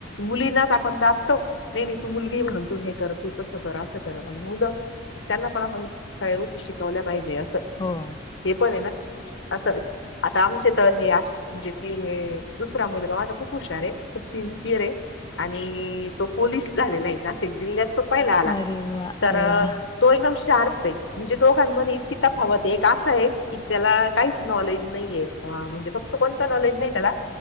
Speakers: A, on the left; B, on the left.
A: मुलींनाच आपण दाबतो नाही नाही तू मुलगी म्हणून तू हे कर तू तसं कर असं कर पण मुलं त्यांना पण आपण सगळ्या गोष्टी शिकवल्या पाहिजे असं.
B: हो.
A: हे पण आहे ना असं आता आमचे तर हे असे म्हणजे तीने दुसरा मुलगा माझा खूप हुशार आहे खूप सिंसिअर आहे आणि तो पोलीस झाललाय, नाशिक जिल्ह्यात तो पहिला आला,
B: अरे वा
A: तर
B: अरे वा.
A: तो एकदम शार्प आहे म्हणजे दोघांमध्ये इतकी तफावतय एक असं आहे, की त्याला काहीच नॉलेज नाहीये, म्हणजे फक्त कोणतं नॉलेज नाही, अ त्याला